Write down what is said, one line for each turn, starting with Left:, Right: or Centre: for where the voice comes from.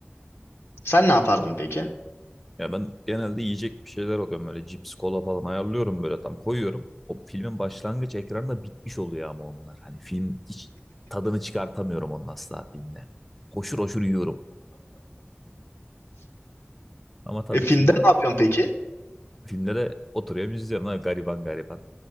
Left: Sen ne yapardın peki?
Centre: Ya ben genelde yiyecek bir şeyler alıyorum böyle cips, kola falan ayarlıyorum böyle tam koyuyorum. O filmin başlangıç ekranında bitmiş oluyor ama onlar. Hani film hiç tadını çıkartamıyorum onun asla filmde. Hoşur hoşur yiyorum. Ama tabii
Left: E, filmde
Centre: ki mu-
Left: ne yapıyorsun peki?
Centre: filmde de oturuyorum izliyorum. Ha, gariban gariban.